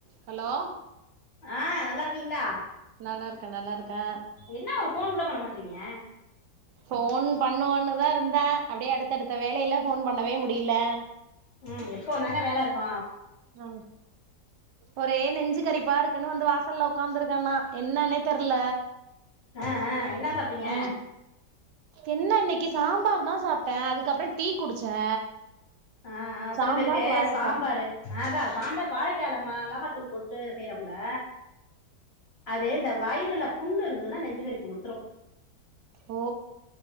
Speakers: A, on the right; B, on the left.
A: hello
B: ஆ நல்லார்க்கீங்ளா
A: நல்லார்க்கே நல்லார்க்கே
B: என்ன ஒரு போன் கூட பண்ண மாட்றீங்க
A: போன் பண்ணுவோன்னுதா இருந்த அப்டியே அடுத்தடுத்த வேலைல போன் பண்ணவே முடியல
B: ம் எப்போ வந்தாங்க வேலை இருக்கு
A: ஹ் ஒரே நெஞ்சு கரிப்பா இருக்குன்னு வந்து வாசல்ல உகாந்துருக்கனா என்னன்னே தெர்ல
B: ஆஹ் ஆஹ் என்னா சாப்ட்டீங்க
A: ம் என்ன இன்னைக்கு சாம்பார் தா சாப்டே அதுக்கப்பறம் டீ குடிச்சே
B: ஆஹ்ஆ
A: சாம்பார்
B: சில பேருக்கு
A: வாழைக்கா
B: சாம்பாரு அஹ் அதா சாம்பார் வாழைக்காள மா ளகாத்தூள் போட்டு செய்யறோம்ல அது இந்த வயிறுல புண்ணு இருந்ததுன்னா நெஞ்சு கரிப்பு குடுத்துரும்
A: ஓ